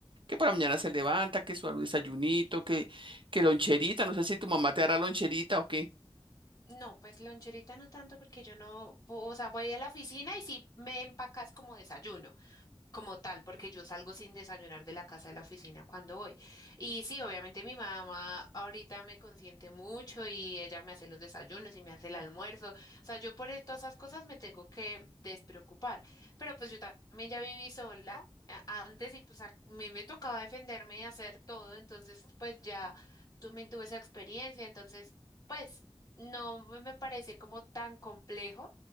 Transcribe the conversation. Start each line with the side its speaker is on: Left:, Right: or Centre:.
Right: que por la mañana se levanta, que su desayunito, que, que loncherita, no sé si tu mamá te hará loncherita o qué.
Left: No, pues loncherita no tanto porque yo no, o sea, voy a la oficina y sí me empacas como desayuno como tal, porque yo salgo sin desayunar de la casa de la oficina cuando voy. Y sí, obviamente mi mamá ahorita me consiente mucho y ella me hace los desayunos y me hace el almuerzo. O sea, yo por e, todas esas cosas me tengo que despreocupar. Pero pues yo también ya viví sola a- antes y pues a mí me tocaba defenderme y hacer todo, entonces pues ya también tuve esa experiencia, entonces pues no me me parece como tan complejo.